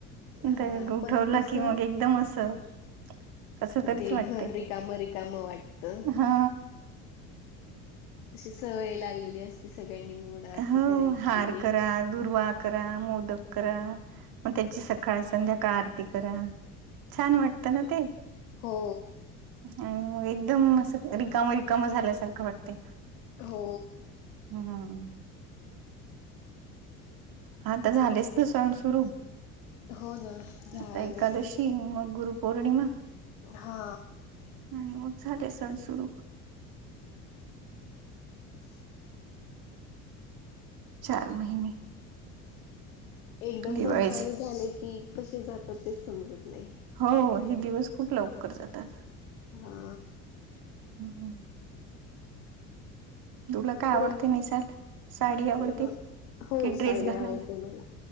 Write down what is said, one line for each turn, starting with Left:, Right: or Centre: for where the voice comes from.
Left: हा
Right: ते उठवला
Left: पण कसं
Right: की मग एकदम असं. कस तरीच
Left: ते
Right: वाटते
Left: घर रिकाम रिकाम वाटत.
Right: हा
Left: अशी सवय लागलेली असती सगळ्यांनी मिळून आरती
Right: हो
Left: करायची.
Right: हार करा दुर्वा करा मोदक करा मग त्याची सकाळ संध्याकाळ आरती करा. छान वाटत ना ते.
Left: हो
Right: आणि मग एकदम अस रिकाम रिकाम झाल्यासारखं वाटते.
Left: हो.
Right: हम् हम. हा तर झालेच ना सण सुरू.
Left: हो ना झाले
Right: आता एकादशी मग गुरुपौर्णिमा.
Left: हा.
Right: आणि मग झाले सण सुरू.
Left: <inaudible>
Right: चार महिने.
Left: एकदा
Right: दिवाळीच
Left: सण चालू झाले की कसे जातात तेच समजत नाही.
Right: हो हे दिवस खूप लवकर जातात.
Left: हा.
Right: हम् हम. तुला काय आवडते
Left: परत
Right: नेसायला? साडी आवडते
Left: अ हो
Right: की ड्रेस
Left: साडी
Right: घालायला?
Left: आवडते मला.